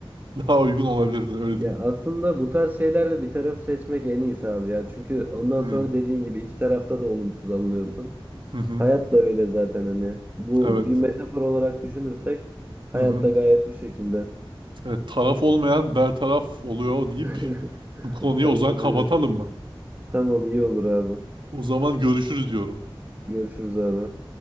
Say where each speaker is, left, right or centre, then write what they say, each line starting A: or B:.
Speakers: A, on the right; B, on the right.
A: daha uygun olabilirdi öyle
B: Ya
A: diyeyim.
B: aslında bu tarz şeylerde bir taraf seçmek en iyisi abi ya. Çünkü ondan
A: Hmm.
B: sonra dediğin gibi iki tarafta da olumsuz alınıyorsun.
A: Hı hı.
B: Hayat da öyle zaten hani. Bu
A: Evet.
B: bir metafor olarak düşünürsek hayat
A: Hı hı.
B: da gayet bu şekilde.
A: Evet, taraf olmayan bertaraf oluyor deyip
B: <laughs>
A: bu konuyu
B: Aynen
A: o zaman kapatalım
B: öyle.
A: mı?
B: Tamam iyi olur abi.
A: O zaman görüşürüz diyorum.
B: Görüşürüz abi.